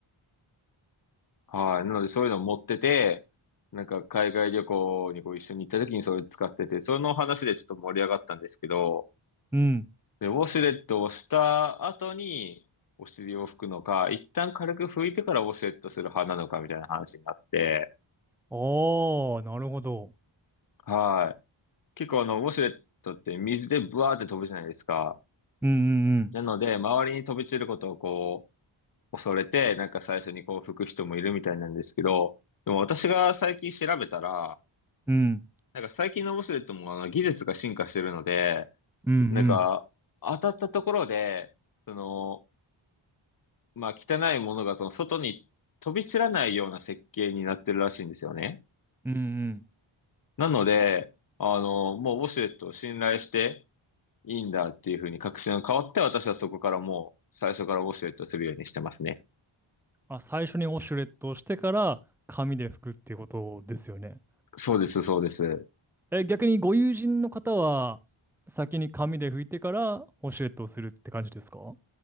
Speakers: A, on the left; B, in the centre.
A: はい。なのでそういうの持ってて、なんか海外旅行にこう一緒に行った時にそれ使ってて、その話でちょっと盛り上がったんですけど、
B: うん。
A: で、ウォシュレットをした後にお尻を拭くのか、一旦軽く拭いてからウォシュレットする派なのかみたいな話になって、
B: おー、なるほど。
A: はい。結構あの、ウォシュレットって水でブワーって飛ぶじゃないですか。
B: うんうん
A: なので、周りに飛び散ることをこう、恐れて、なんか最初にこう吹く人もいるみたいなんですけど、でも私が最近調べたら、
B: うん。
A: なんか最近のオシュレットもあの技術が進化してるので、
B: うんうんうん。
A: なんか当たったところで、その、まあ汚いものがその外に飛び散らないような設計になってるらしいんですよね。
B: うんうん。
A: なので、あの、もうウォシュレットを信頼していいんだっていうふうに確信が変わって、私はそこからもう最初からウォシュレットするようにしてますね。
B: あ、最初にウォシュレットをしてから、紙で拭くっていうことですよね。
A: そうです、そうです。
B: え、逆にご友人の方は、先に紙で拭いてから、ウォシュレットをするって感じですか